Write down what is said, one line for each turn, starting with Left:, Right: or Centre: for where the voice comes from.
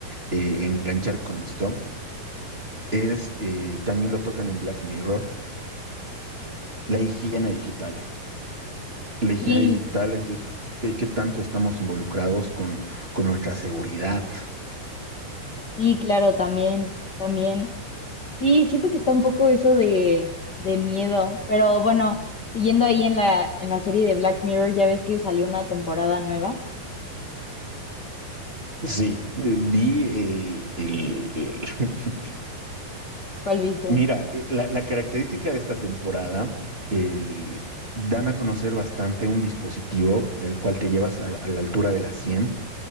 Right: eh, enganchar con esto es, eh, también lo tocan en Black Mirror, la higiene digital. La higiene
Left: sí,
Right: digital es decir, qué, qué tanto estamos involucrados con, con nuestra seguridad.
Left: sí, claro, también, también. Sí, siento que está un poco eso de, de miedo, pero bueno, siguiendo ahí en la, en la serie de Black Mirror, ya ves que salió una temporada nueva.
Right: Sí, eh, vi eh, el... eh, <laughs>
Left: ¿Cuál viste?
Right: mira, eh, la, la característica de esta temporada, eh, dan a conocer bastante un dispositivo, el cual te llevas a, a la altura de la 100